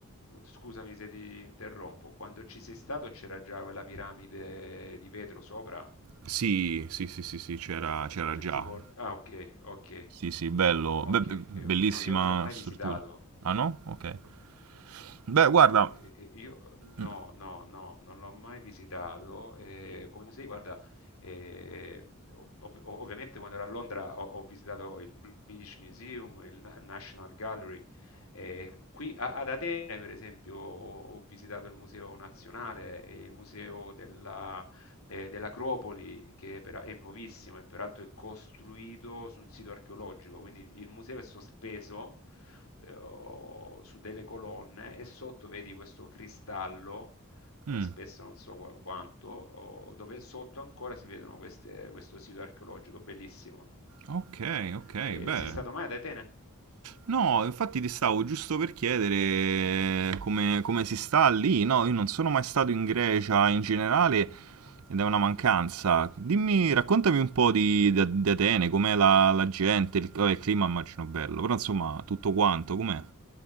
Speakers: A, on the left (about 70°); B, on the right (about 75°).
A: scusami se ti interrompo, quando ci sei stato c'era già quella piramide di vetro sopra?
B: Sì, sì, sì, sì, sì, c'era c'era
A: C'è
B: già.
A: tipo... Ah, ok, ok,
B: Sì, sì, bello.
A: ok,
B: Beh, be- bellissima
A: ok. No, io non l'ho mai
B: struttura.
A: visitato.
B: Ah no? Ok. Beh, guarda.
A: E- e- Io no,
B: Mm,
A: no, no, non l'ho mai visitato. eh, come musei, guarda, eh, ov- ov- ovviamente quando ero a Londra ho, ho visitato il British Museum, il Na- National Gallery. eh, qui a- ad Atene, per esempio, ho, ho visitato il Museo Nazionale e il Museo della, eh, dell'Acropoli, che per- è nuovissimo e peraltro è costruito su un sito archeologico, quindi il il museo è sospeso eh, o su delle colonne e sotto vedi questo cristallo, eh,
B: mm.
A: spesso non so qua- quanto, o- dove sotto ancora si vedono queste- questo sito archeologico bellissimo.
B: Ok, ok,
A: Eh,
B: beh.
A: sei stato mai ad Atene?
B: No, infatti ti stavo giusto per chiedere come, come si sta lì. No, io non sono mai stato in Grecia in generale ed è una mancanza. Dimmi, raccontami un po' di, di- di Atene, com'è la, la gente, il, vabbè, il clima immagino bello, però insomma tutto quanto, com'è?